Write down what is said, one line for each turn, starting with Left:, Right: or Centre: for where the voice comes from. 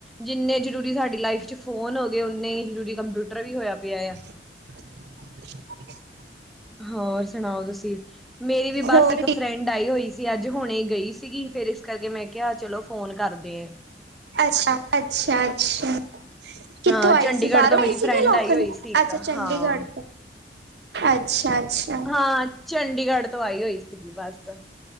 Centre: ਜਿੰਨੇ ਜ਼ਰੂਰੀ ਸਾਡੀ ਲਾਈਫ ਚ ਫੋਨ ਹੋ ਗਏ, ਓਨਾ ਈ ਜ਼ਰੂਰੀ ਕੰਪਿਊਟਰ ਵੀ ਹੋਇਆ ਪਿਆ ਆ।
Right: <inaudible>
Centre: ਹੋਰ ਸੁਣਾਓ ਤੁਸੀਂ, ਮੇਰੀ ਵੀ ਬਸ
Right: ਹੋਰ
Centre: ਇੱਕ
Right: ਕੀ
Centre: ਫਰੈਂਡ ਆਈ ਹੋਈ ਸੀ। ਸਿਗੀ ਅੱਜ ਹੁਣੇ ਗਈ ਸੀਗੀ ਫੇਿਰ ਇਸ ਕਰਕੇ ਮੈਂ ਕਿਹਾ ਚਲੋ ਫੋਨ ਕਰਦੇ ਆ।
Right: ਅੱਛਾ, ਅੱਛਾ, ਅੱਛਾ ਕਿੱਥੋਂ
Centre: ਹਾਂ
Right: ਆਈ
Centre: ਚੰਡੀਗੜ੍ਹ
Right: ਸੀ ਬਾਹਰੋਂ
Centre: ਤੋਂ ਮੇਰੀ
Right: ਆਈ
Centre: ਫਰੈਂਡ
Right: ਸੀ ਕੇ ਲੋਕਲ
Centre: ਆਈ ਹੋਈ ਸੀ ਇੱਕ
Right: ਅੱਛਾ, ਚੰਡੀਗੜ੍ਹ
Centre: ਹਾਂ।
Right: ਤੋਂ ਅੱਛਾ, ਅੱਛਾ
Centre: ਹਾਂ ਚੰਡੀਗੜ੍ਹ ਤੋਂ ਆਈ ਹੋਈ ਸੀ ਸਿੱਧੀ ਬਸ ਚ